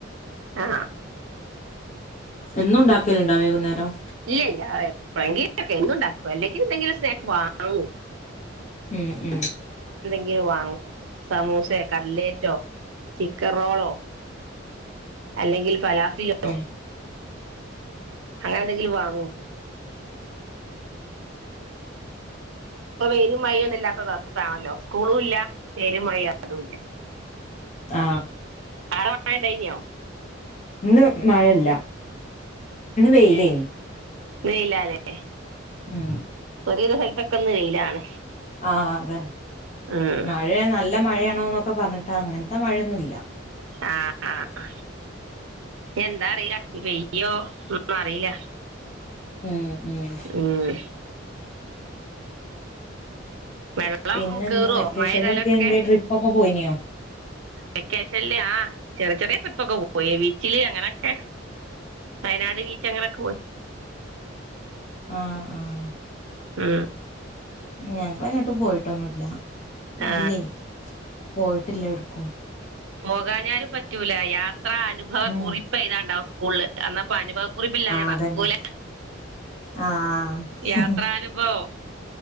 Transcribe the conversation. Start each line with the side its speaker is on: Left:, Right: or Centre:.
Right: ആ
Left: എന്നുണ്ടാക്കല്ണ്ടൊ വൈകുന്നേരം
Right: ഇല്ല ഇല്ല എപ്പളെങ്കിലൊക്കെ എന്നും ഉണ്ടാക്കൂല അല്ലെങ്കിൽ എന്തെങ്കിലും സ്നാക്ക്സ് വാങ്ങും
Left: മ് മ്
Right: <unintelligible> വാങ്ങും സമൂസേ കട്ട്ലേറ്റ് റ്റൊ ചിക്കൻറോളോ അല്ലെങ്കിൽ ഫലാഫി ഫിലോ
Left: ഉം
Right: അങ്ങനെന്തെങ്കിലും വാങ്ങും ഇപ്പം വെയിലും മയയൊന്നും ഇല്ലാത്ത ദെവസണല്ലോ സ്കൂളുല്ല വെയിലും മയി അതുല്ല
Left: ആ
Right: ആടെ മയണ്ടായീനിയോ
Left: ഇന്ന് മഴല്ല ഇന്ന് വെയിലേനി
Right: വെയിലാ ല്ലേ
Left: ഉം
Right: ഒരു വിധം സ്ഥലത്തൊക്ക ഇന്ന് വെയിലാണ്.
Left: ആഹ അതന്നെ
Right: ഉം.
Left: മഴയ നല്ല മഴയാണോ നോ ഒക്കെ പറഞ്ഞിട്ട് അങ്ങനത്തെ മഴയൊന്നുല്ല
Right: ആഹ എന്താ അറിയില്ല ഇനി പെയ്യോ അറീല
Left: ഉം ഉം
Right: മ് വെള്ളം
Left: പിന്നെന്താ
Right: കേറുവോ
Left: വെക്കേഷനിൽ
Right: മഴ പെയ്താലൊക്കെ
Left: എടക്കെ എന്തേ ട്രിപ്പ് ഒക്കെ പോയിനിയോ?
Right: വെക്കേഷൻല്ലാ ചെറിയ ചെറിയ ട്രിപ്പൊക്കെ പോയി ബീച്ചില് അങ്ങനെക്കെ വയനാട് ബീച്ച് അങ്ങനൊക്കെ പോയി
Left: ആഹ ആഹ
Right: മ്
Left: ഞങ്ങള് എങ്ങോട്ടും പോയിട്ടൊന്നുല്ല
Right: ആ
Left: ഇല്ലേ പോയിട്ടില്ല എടുക്കും
Right: പോകാ <unintelligible> പറ്റൂല യാത്ര അനുഭവ
Left: ആഹ്
Right: കുറിപ്പ് ഏഴുതെണ്ട അവസ്‌ <unintelligible> ഇപ്പൊ അനുഭവക്കുറിപ്പില്ല ഞാൻ മറക്കൂല
Left: അതന്നെ ആഹ്
Right: യാത്ര അനുഭവം